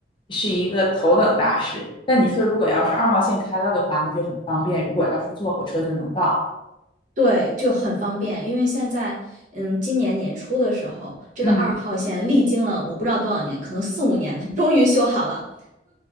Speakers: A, on the left; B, on the right.
A: 是一个头等大事。但你说如果要是二号线开了的话，那就很方便，如果要是坐火车就能到。
B: 对，就很方便，因为现在，嗯，今年年初的时候，这个二号线历经了我不知道多少年，
A: 嗯，
B: 可能四五年，它终于修好了。